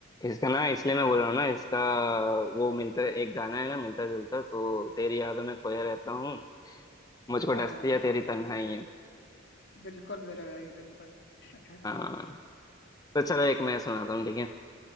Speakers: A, on the left; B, on the left.
A: इसका ना इसलिए मैं बोल रहा हूँ ना इसका वो मिलता एक गाना है ना मिलता जुलता तो तेरी यादों में खोया रहता हूँ मुझको
B: हाँ
A: डसती
B: हाँ
A: है
B: बिल्कुल
A: तेरी तन्हाई है
B: बिल्कुल मेरे भाई बिल्कुल <laughs>
A: हाँ तो चलो एक मैं सुनाता हूँ ठीक है